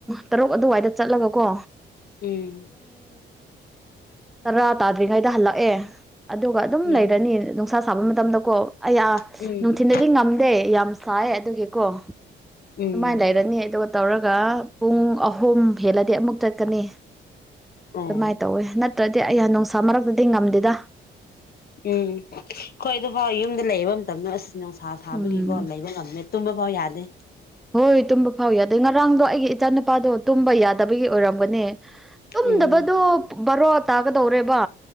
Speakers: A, in the centre; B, on the left (about 50°).
A: ꯇꯔꯨꯛ ꯑꯗꯨꯋꯥꯏꯗ ꯆꯠꯂꯒ ꯀꯣ
B: ꯎꯝ
A: ꯇꯔꯥ ꯇꯥꯗ꯭ꯔꯤꯉꯩꯗ ꯍꯜꯂꯛꯑꯦ ꯑꯗꯨꯒ ꯑꯗꯨꯝ
B: ꯎꯝ
A: ꯂꯩꯔꯅꯤ ꯅꯨꯡꯁꯥ ꯃꯇꯝꯗ ꯀꯣ ꯑꯩ ꯑꯥ
B: ꯎꯝ
A: ꯅꯨꯡꯊꯤꯤꯟꯗꯗꯤ ꯉꯝꯗꯦ ꯌꯥꯝ ꯁꯥꯏ ꯑꯗꯨꯒꯤꯀꯣ
B: ꯎꯝ
A: ꯑꯗꯨꯃꯥꯏꯅ ꯂꯩꯔꯅꯤ ꯑꯗꯨꯒ ꯇꯧꯔꯒ ꯄꯨꯡ ꯑꯍꯨꯝ ꯍꯦꯜꯂꯗꯤ ꯑꯃꯨꯛ ꯆꯠꯀꯅꯤ
B: ꯑꯣ
A: ꯑꯗꯨꯃꯥꯏꯅ ꯇꯧꯋꯤ ꯅꯠꯇ꯭ꯔꯗꯤ ꯑꯩ ꯅꯨꯡꯁꯥ ꯃꯔꯛꯇꯗꯤ ꯉꯝꯗꯦꯗ
B: ꯎꯝ ꯑꯩꯣꯏ ꯑꯗꯨ ꯐꯥꯎ ꯌꯨꯝꯗ ꯂꯩꯕ ꯃꯇꯝꯅꯣ ꯑꯁ ꯅꯨꯡꯁꯥ ꯁꯥꯕꯒꯤꯀꯣ
A: ꯎꯝ
B: ꯂꯩꯕ ꯉꯝꯃꯦ ꯇꯨꯝꯕ ꯐꯥꯎ ꯌꯥꯗꯦ
A: ꯍꯣꯏ ꯇꯨꯝꯕ ꯐꯥꯎ ꯌꯥ ꯑꯗꯩ ꯉꯔꯥꯡꯗꯣ ꯑꯩꯒꯤ ꯏꯆꯥ ꯅꯨꯄꯥꯗꯣ ꯇꯨꯝꯕ ꯌꯥꯗꯕꯒꯤ ꯑꯣꯏꯔꯝꯒꯅꯦ ꯇꯨꯝꯗꯕꯗꯣ
B: ꯎꯝ
A: ꯕꯔꯣ ꯇꯥꯒꯗꯧꯔꯦꯕ